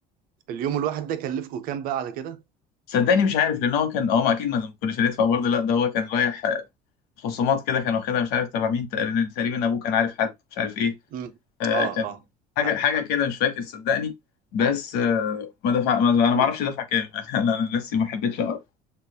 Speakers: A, on the right (about 60°); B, on the left (about 75°).
A: اليوم الواحد ده كلفكم كام بقى على كده؟
B: صدقني مش عارف لان هو كان هو ما اكيد ما ما كناش هندفع برضه لا ده هو كان رايح خصومات كده كان واخدها مش عارف تبع مين تقريبا تقريباً ابوه كان عارف حد مش عارف ايه
A: امم
B: آه
A: اه
B: كان
A: اه
B: حاجه
A: فهمت
B: حاجه كده مش فاكر صدقني بس آه ما دفع ما دفع انا
A: مم.
B: ما اعرفش دفع كام <laughs> يعني انا أنا نفسي ما حبيتش اقرا